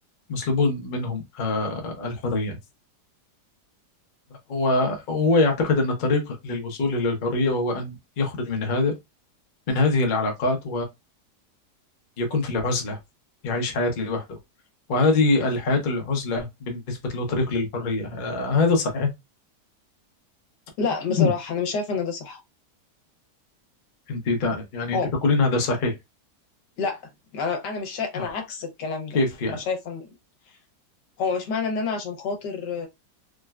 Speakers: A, on the left (about 45°); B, on the left (about 80°).
A: مسلوبون منهم آه، الحرية وهو يعتقد أن الطريق للوصول إلى الحرية وهو أن يخرج من هذا من هذه العلاقات يكون في العزلة يعيش حياة لوحده وهذه الحياة العزلة بالنسبة له طريق للحرية آه، هذا صحيح <clears throat>
B: لا بصراحة أنا مش شايفة إن ده صح
A: أنت تع- يعني
B: هو
A: أنت تقولين هذا صحيح
B: لا أنا أنا مش شايف أنا
A: آه.
B: عكس الكلام ده
A: كيف يعني
B: مش شايفة إن هو مش معنى إن أنا عشان خاطر